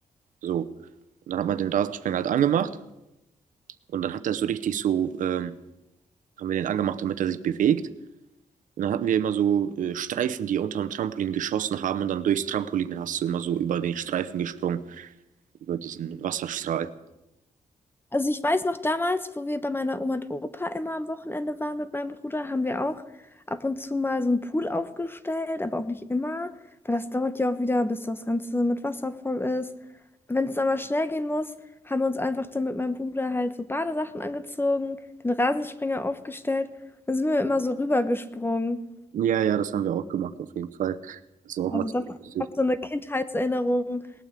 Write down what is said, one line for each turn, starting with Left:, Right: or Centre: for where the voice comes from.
Right: So. Und dann hat man den Rasensprenger halt angemacht und dann hat er so richtig so, ähm, haben wir den angemacht, damit er sich bewegt. Und dann hatten wir immer so äh, Streifen, die unter dem Trampolin geschossen haben und dann durchs Trampolin hast du immer so über den Streifen gesprungen, über diesen Wasserstrahl.
Left: Also ich weiß noch damals, wo wir bei meiner Oma und Opa immer am Wochenende waren mit meinem Bruder, haben wir auch ab und zu mal so einen Pool aufgestellt, aber auch nicht immer, weil das dauert ja auch wieder, bis das Ganze mit Wasser voll ist. Wenn es dann mal schnell gehen muss, haben wir uns einfach dann mit meinem Bruder halt so Badesachen angezogen, den Rasensprenger aufgestellt und sind wir immer so rübergesprungen.
Right: Ja, ja, das haben wir auch gemacht, auf jeden Fall. Das war
Left: Also
Right: auch mal ziemlich
Left: das ist
Right: lustig.
Left: auch so eine Kindheitserinnerung.